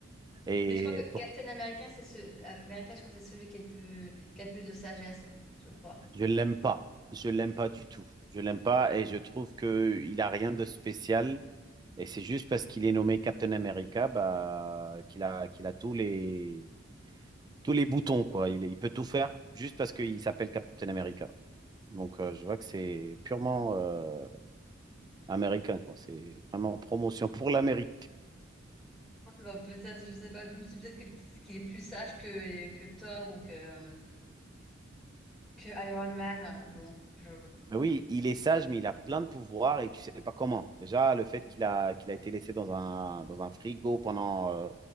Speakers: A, on the right (about 20°); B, in the centre.
A: Et
B: Mais je crois que Captain
A: pour-
B: America, c'est ce... America, je crois que c'est celui qui est le plus... qui a le plus de sagesse, hein, je crois.
A: je l'aime pas. Je l'aime pas du tout. Je l'aime pas et je trouve que il a rien de spécial. Et c'est juste parce qu'il est nommé Captain America bah, qu'il a, qu'il a tous les, tous les boutons, quoi. Il, est- il peut tout faire juste parce qu'il s'appelle Captain America. Donc, euh, je vois que c'est purement euh, américain, quoi. C'est vraiment promotion pour l'Amérique.
B: Bah, peut-être, je sais pas, je me suis peut-être que- peut-être qu'il est plus sage que, que Thor ou que, que Iron Man. hein, Bon, je-
A: Mais oui, il est sage, mais il a plein de pouvoirs et tu sais pas comment. Déjà, le fait qu'il a, qu'il a été laissé dans un, dans un frigo pendant, euh,